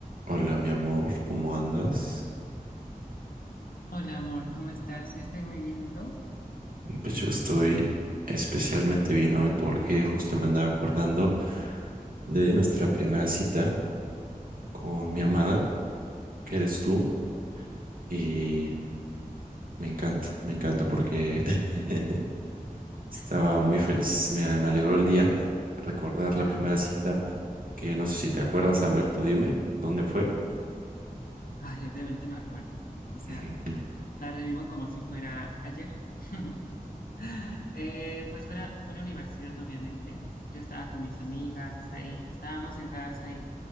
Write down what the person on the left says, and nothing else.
Hola, amor, ¿cómo estás? Yo Estoy muy bien, ¿y tú?
<laughs>
Ajá.
Ay, obviamente me acuerdo. O sea,
la revivo como si fuera ayer. <laughs> Eh, pues fuera, fue la universidad, obviamente. Yo estaba con mis amigas ahí, estábamos sentadas ahí